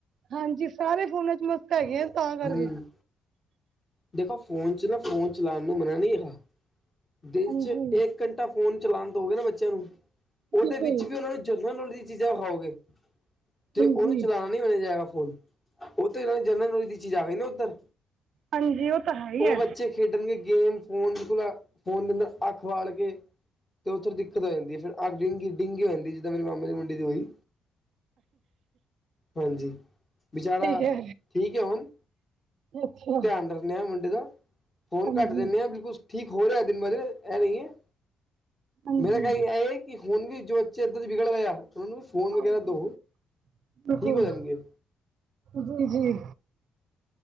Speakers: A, on the right; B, on the left.
A: ਹਾਂਜੀ। ਸਾਰੇ ਫੋਨਾਂ ਚ ਮਸਤ ਹੈਗੇ ਆ ਤਾਂ ਕਰਕੇ
B: ਹਮ ਦੇਖੋ ਫੋਨ ਚ' ਨਾ ਫੋਨ ਚਲਾਉਣ ਨੂੰ ਮਨ ਨਹੀਂ ਹੈਗਾ ਦਿਨ
A: ਹਾਂਜੀ
B: ਚ ਇੱਕ ਘੰਟਾ ਫੋਨ ਚਲਾਉਣ ਦਓਗੇ ਨਾ ਬੱਚਿਆਂ ਨੂੰ ਉਹਦੇ
A: ਬਿਲਕੁਲ,
B: ਵਿੱਚ ਵੀ ਉਹਨਾਂ ਨੂੰ ਜਰਨਲ ਨੋਲਜ ਦੀਆਂ ਚੀਜ਼ਾਂ ਵਿਖਾਓਗੇ ਤੇ
A: ਹਾਂਜੀ
B: ਉਹਨੂੰ ਚਲਾਣਾ ਨਹੀਂ ਮਿਲਿਆ ਜਾਏਗਾ ਫੋਨ। ਉਹ ਤੇ ਇਹਨਾਂ ਦੀ ਜਨਰਲ ਨੌਲਜ ਦੀ ਚੀਜ਼ ਆ ਗਈ ਨਾ ਉੱਧਰ
A: ਹਾਂਜੀ। ਉਹ ਤਾਂ ਹੈ। ਹੀ
B: ਉਹ
A: ਹੈ
B: ਬੱਚੇ ਖੇਡਣਗੇ ਗੇਮ ਫੋਨ ਚ ਨਾ, ਫੋਨ ਦੇ ਅੰਦਰ ਅੱਖ ਵਾੜ ਕੇ ਤੇ ਉੱਥੇ ਦਿੱਕਤ ਹੋ ਜਾਂਦੀ ਫਿਰ ਅੱਖ ਡੀਂਗੀ-ਡੀਂਗੀ ਹੋ ਜਾਂਦੀ ਜਿੱਦਾਂ ਮੇਰੇ ਮਾਮੇ ਦੇ ਮੁੰਡਏ ਦੀ ਹੋਈ। ਹਾਂਜੀ। ਵਿਚਾਰਾ
A: ਠੀਕ ਹੈ
B: ਠੀਕ ਹੈ ਹੁਣ।
A: ਅੱਛਾ।
B: ਡਰਨੇ ਆ ਮੁੰਡੇ ਦਾ। ਫੋਨ
A: ਹਾਂਜੀ
B: ਕਟ ਦਿੰਦੇ ਹਾਂ ਬਿਲਕੁਲ ਠੀਕ ਹੋ ਰਿਹਾ ਦਿਨ ਬੇ ਦਿਨ ਐ ਨਹੀਂ ਹੈ
A: ਹਾਂਜੀ
B: ਮੇਰਾ ਕਹਿਣਾ ਹੈ। ਕਿ ਹੁਣ ਵੀ ਜੋ ਬੱਚੇ ਇੱਦਾਂ ਵਿਗੜ ਰਏ ਆ ਉਹਨਾਂ ਨੂੰ ਵੀ ਫ਼ੋਨ
A: ਹਾਂਜੀ
B: ਵਗੈਰਾ ਦੋ
A: ਬਿਲਕੁਲ
B: ਠੀਕ ਹੋ ਜਾਣਗੇ ਓ।
A: ਜੀ ਜੀ।